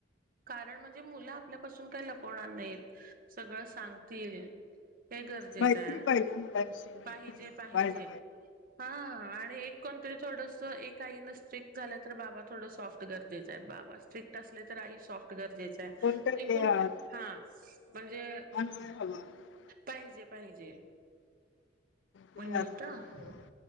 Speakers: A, on the right (about 45°); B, on the left (about 70°).
A: कारण म्हणजे मुलं आपल्यापासून काही लपवणार नाहीत. <unintelligible> सगळं सांगतील,, हे गरजेचं
B: मैत्री
A: आहे,,
B: पाहिजे मुलांशी मैत्री
A: पाहिजेऽ <unintelligible> पाहिजे.
B: व्हायला
A: <unintelligible> हां,, आणि एक कोणतरी थोडस,, एक आईनं स्ट्रिक्ट झालं, तर बाबा थोडं सॉफ्ट करऽ <unintelligible> जचा आहेत बा वास्ऽ <unintelligible> स्ट्रिक्ट असले तर, आई सॉफ्ट गरजेच आहे,,
B: कोणतरी
A: म्हे
B: अ,
A: कुठ हा म्हणजेऽ
B: हय
A: <unintelligible>
B: हवा, <unintelligible>
A: पाहिजे पाहिजे. <unintelligible>
B: ते
A: होणेेत.
B: असतो बरोबर
A: <unintelligible>